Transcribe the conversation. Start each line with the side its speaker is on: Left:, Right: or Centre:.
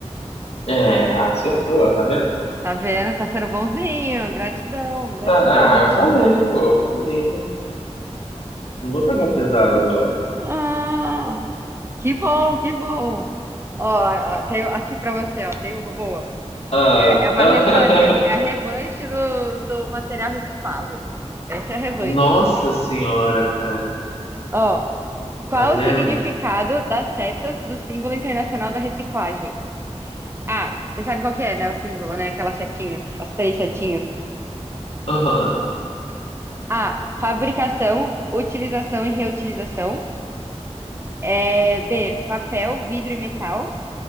Left: É, acertou, ó, tá vendo?
Right: Tá vendo? Tá sendo bonzinho. Gratidão, gratidão.
Left: Ah, ah, eu falei, pô, eu falei. Não vou pegar pesado agora.
Right: Ah, que bom, que bom. Ó, ó, tenho aqui pra você, ó, tem uma boa.
Left: Ah,
Right: É, é uma
Left: ah,
Right: revan é, é a revanche
Left: <laughs>
Right: do, do material reciclável. Essa é a revanche.
Left: nossa senhora, cara.
Right: Ó, qual
Left: Tá vendo?
Right: o significado das setas do símbolo internacional da reciclagem? A. Você sabe qual que é, né? O símbolo, né? Aquelas setinhas, as três setinhas.
Left: Aham.
Right: A. Fabricação, utilização e reutilização. É, B. Papel, vidro e metal.